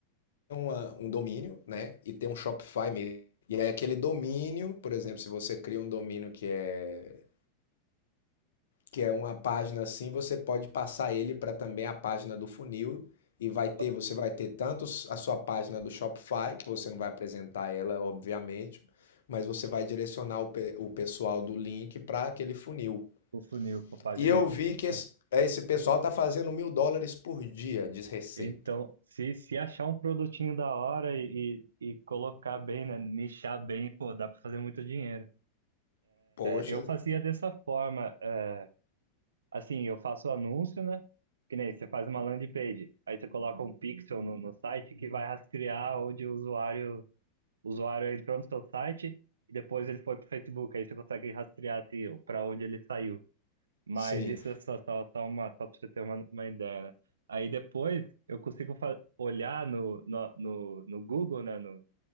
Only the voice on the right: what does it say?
Ah,
o funil, a página,
de-
é.
Então, se, se achar um produtinho da hora e, e, e colocar bem, né, nichar bem, pô, dá pra fazer muito dinheiro.
Eu fazia dessa forma, eh, assim, eu faço anúncio, né? Que nem você faz uma landing page, aí você coloca um pixel no, no site que vai rastrear onde o usuário, o usuário entrou no seu site e depois ele foi para o Facebook, aí você consegue rastrear assim, para onde ele saiu. Mas
isso é só, só, só uma, só para você ter uma, uma ideia, né? Aí depois eu consigo fa- olhar no, no, no, no Google, né? No,